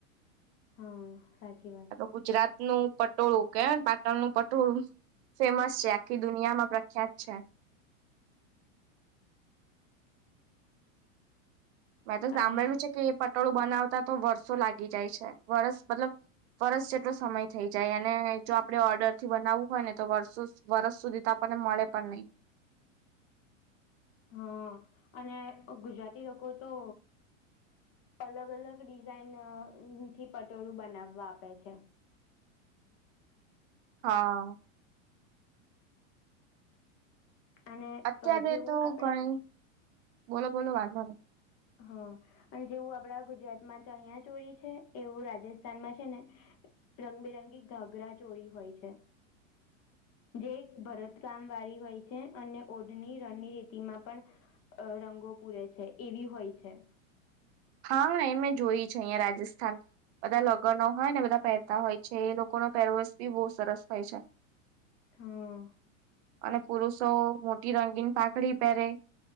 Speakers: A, on the left; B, on the right.
A: હા, સાચી વાત છે.
B: તો ગુજરાત નું પટોળું કેવાય ને પાટણનું પટોળું, ફેમસ છે, આખી દુનિયામાં પ્રખ્ છે, છે. મેં તો સાંભળેલું
A: અને
B: છે કે એ પટોળું બનાવતા તો વર્ષો લાગી જાય છે. વરસ મતલબ વરસ જેટલો સમય થઈ જાય અને જો આપડે ઓર્ડરથી બનાવવું હોય ને તો વર્ષો સુ, વરષ સુધી તો આપ ને મળે પણ નહી.
A: હા અને ગુજરાતી લોકો તો અલગ અલગ ડિઝાઇનથી પટોળું બનાવવા આપે છે.
B: હા
A: અને
B: અત્યારે
A: અ જેવું
B: તો
A: આપડા
B: ઘણી, બોલો, બોલો, વાંધો નહી.
A: હા, અને જેવું આપડા ગુજરાતમાં તો અહિયા જો ઈ છે, એવું રાજસ્થાનમાં છે ને રંગબેરંગી ઘાઘરા ચોળી હોય છે. જે એક ભરતકામવાળી હોય છે અને ઓઢની રણની રીતિમાં પણ અ રંગો પૂરે છે, એવી હોય છે.
B: હા નેમે જોઈ છે, અહિયાં રાજસ્થાન બધા લગનો હોય ને, બધા પહેરતા હોય છે, એ લોકોનો પહેરવેસ બી બહુ સરસ હોય છે. <inaudible>
A: હમ
B: અને પુરુષો મોટી રંગીન પાઘડી પહેરે.